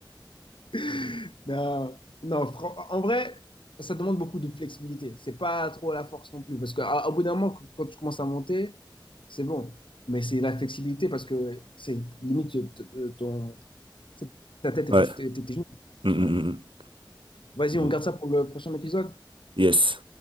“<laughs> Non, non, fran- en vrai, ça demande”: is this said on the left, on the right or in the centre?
Left